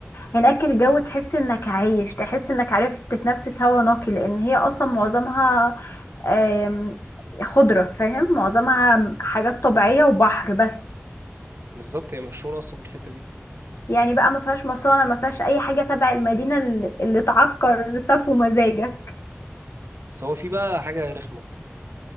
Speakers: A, on the left (about 70°); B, on the right (about 70°).
A: هناك الجو تحس انك عايش تحس انك عارف تتنفس هوا نقي لان هي اصلا معظمها آم، خضرة فاهم معظمها حاجات طبيعية وبحر بس
B: بالظبط هي مشهورة أصلا من الحتة دي
A: يعني بقى ما فيهاش مصانع ما فيهاش اي حاجة تبع المدينة اللي اللي تعكر سفو مزاجك
B: بس هو في بقى حاجة رخمة